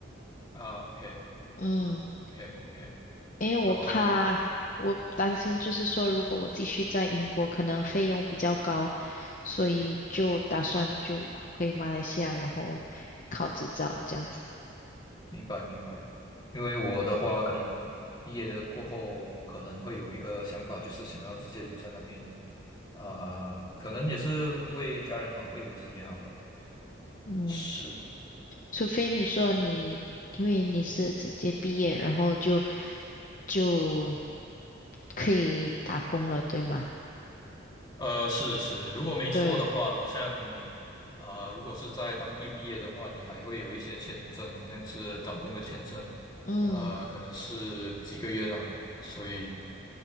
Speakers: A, on the left; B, on the left.
A: 啊，OK
B: 嗯，
A: OK OK。
B: 因为我怕，
A: 然后你
B: 我担心就是说，如果我继续在英国，可能费用比较高，所以就打算就回马来西亚，然后考执照这样子。
A: 明白明白，因为我的话可能毕业的过后，我可能会有一个想法，就是想要直接留在那边。啊，可能也是为家人好，为我自己也好吧。
B: 嗯，
A: 是，
B: 除非你说你，因为你是直接毕业，然后就就可以打工了，对吗？
A: 呃，是是，如果没错的话，
B: 对，
A: 好像啊、如果是在当地毕业的话，你还会有一些签证，好像是找工的签证，
B: 嗯
A: 呃，可能是几个月啦，所以